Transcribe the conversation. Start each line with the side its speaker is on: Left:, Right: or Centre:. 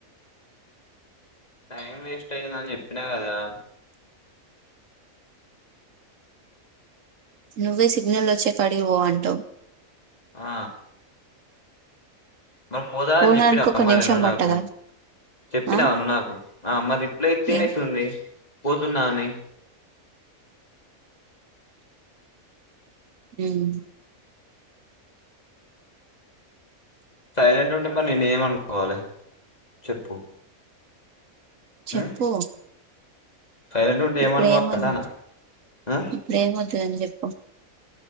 Left: టైం వేస్ట్ అయిందని చెప్పినా కదా
Right: నువ్వే సిగ్నల్ వచ్చే కాడికి పో అంటావ్
Left: ఆ మరి పోతానని
Right: పోవడానికి
Left: చెప్పినావు
Right: ఒక
Left: మరి
Right: నిమిషం
Left: నువ్వు
Right: పట్టదా
Left: నాకు చెప్పినావు
Right: ఆ
Left: నువ్వు నాకు ఆ మరి రిప్లై ఇత్తేనే
Right: ఏం
Left: ఇస్తుంది పోతున్నా అని
Right: ఉమ్
Left: సైలెంట్ ఉంటే మరి నేను ఏం అనుకోవాలి చెప్పు
Right: చెప్పు
Left: ఉ సైలెంట్ ఉంటే
Right: ఇప్పుడేమద్దు
Left: ఏమనుకోవాలి అంటానా ఆ
Right: ఇప్పుడేమవుతుందని చెప్